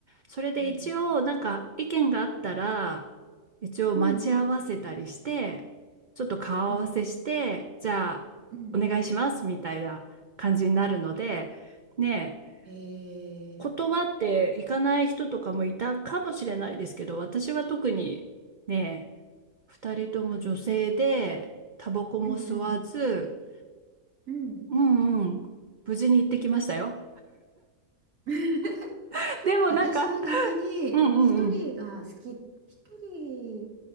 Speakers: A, on the right (about 70°); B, on the right (about 80°).
A: それで一応なんか意見があったら、
B: うん。
A: 一応待ち合わせたりして、
B: うん。
A: ちょっと顔合わせして、
B: うん。
A: じゃあお願いしますみたいな感じになるので、
B: うん。
A: ねえ、
B: へ
A: 断っていかない人とかもいたかもしれないですけど、
B: え。
A: 私は特にねえ、二人とも女性で、
B: うん。
A: タバコも吸わず、
B: うんうんうん。
A: うんうん、無事に行ってきましたよ。
B: <laughs>
A: <laughs> でもなんか、
B: 私は逆に一人が好き、
A: うんうんうん、
B: 一人、